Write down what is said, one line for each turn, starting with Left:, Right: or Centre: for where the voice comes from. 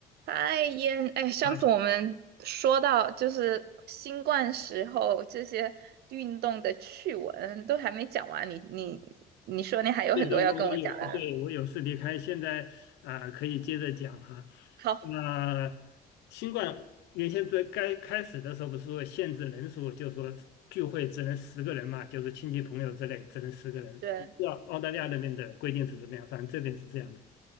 Right: 嗨，烟，哎，上次我们说到就是新冠时候这些运动的趣闻都还没讲完，
Left: 啊，
Right: 你你你说你还有很多要跟我讲的呢
Left: 对对，我我有，对我有事离开，现在啊、可以接着讲哈。
Right: 好，
Left: 那、新冠原先最该开始的时候不是说限制人数，就说聚会只能十个人嘛，就是亲戚朋友之类只能十个人。
Right: 对，
Left: 我不知道澳大利亚那边的规定是怎么样，反正这边是这样的